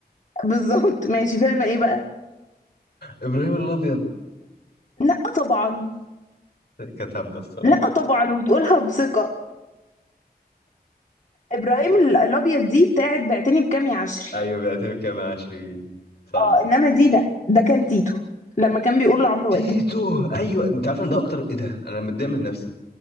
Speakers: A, on the left; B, on the left.
A: بالظبط ماشي فيلم ايه بقى
B: ابراهيم الابيض
A: لا طبعا
B: كانت هبه الصراحه
A: لا طبعا وبتقولها بثقه ابراهيم ال- الابيض دي بتاعت بعتني بكام يا عشري
B: ايوه بيعترف كام عشري صح
A: اه انما دي لا ده كان تيتو لما كان بيقول لعمرو
B: تيتو
A: واكد
B: ايوه انت عارف ان ده اكتر ايه ده انا متضايق من نفسي